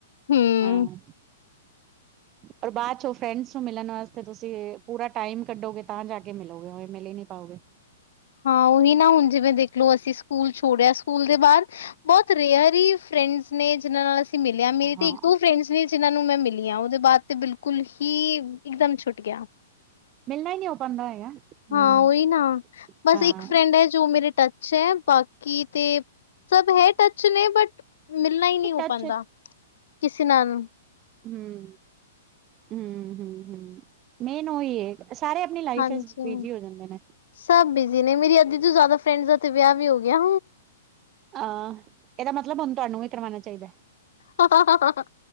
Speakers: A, on the left (about 75°); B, on the right (about 25°).
A: ਹੂੰ।
B: ਹਾਂ। ਔਰ ਬਾਅਦ ਚ ਉਹ ਫਰੈਂਡਸ ਨੂੰ ਮਿਲਣ ਵਾਸ ਤੇ ਤੁਸੀਂ ਪੂਰਾ ਟਾਈਮ ਕੱਢੋਗੇ, ਤਾਂ ਜਾ ਕੇ ਮਿਲੋਗੇ। ਓਵੇ ਮਿਲ ਹੀ ਨੀ ਪਾਓਗੇ।
A: ਹਾਂ, ਉਹੀ ਨਾ ਹੁਣ ਜਿਵੇਂ ਦੇਖਲੋ, ਅਸੀਂ ਸਕੂਲ ਛੋੜਿਆ, ਸਕੂਲ ਦੇ ਬਾਅਦ ਬਹੁਤ ਰੇਅਰ ਹੀ ਫਰੈਂਡਸ ਨੇ ਜਿਹਨਾਂ ਨਾਲ ਅਸੀਂ ਮਿਲਿਆ। ਮੇਰੀ
B: ਹਾਂ
A: ਤੇ ਇੱਕ-ਦੋ ਫਰੈਂਡਸ ਨੇ ਜਿਹਨਾਂ ਨੂੰ ਮੈਂ ਮਿਲੀਆਂ। ਉਹਦੇ ਬਾਅਦ ਤੇ ਬਿਲਕੁਲ ਹੀ ਇੱਕਦਮ ਛੁੱਟ ਗਿਆ।
B: ਮਿਲਣਾ ਹੀ ਨਹੀ ਹੋ ਪਾਉਂਦਾ ਹੈਗਾ। ਹਮ
A: ਹਾਂ, ਉਹੀ ਨਾ। ਬਸ
B: ਹਾਂ
A: ਇੱਕ ਫਰੈਂਡ ਹੈ ਜੋ ਮੇਰੇ ਟੱਚ ਹੈ। ਬਾਕੀ ਤੇ, ਸਭ ਹੈ ਟੱਚ ਨੇ ਬਟ ਮਿਲਣਾ ਹੀ ਨਹੀਂ ਹੋ
B: ਟੱਚ
A: ਪਾਉਂਦਾ ਕਿਸੇ ਨਾਲ।
B: ਹੁਂ। ਹੁਂ-ਹੁਂ, ਹੁਂ, ਮੇਨ ਉਹੀ ਹੈ। ਸਾਰੇ ਆਪਣੀ ਲਾਈਫ
A: ਹਾਂਜੀ
B: ਵਿੱਚ ਬਿਜੀ ਹੋ ਜਾਂਦੇ ਨੇ।
A: ਸਭ ਬਿਜ਼ੀ ਨੇ। ਮੇਰੀ ਅੱਧੀ ਤੋਂ ਜ਼ਿਆਦਾ ਫਰੈਂਡਜ ਦਾ ਤਾ ਵਿਆਹ ਵੀ ਹੋ ਗਿਆ।
B: ਅਹ, ਇਹਦਾ ਮਤਲਬ ਹੁਨ ਤੁਹਾਨੂੰ ਵੀ ਕਰਵਾਉਣਾ ਚਾਹੀਦਾ।
A: ਹਾਂ,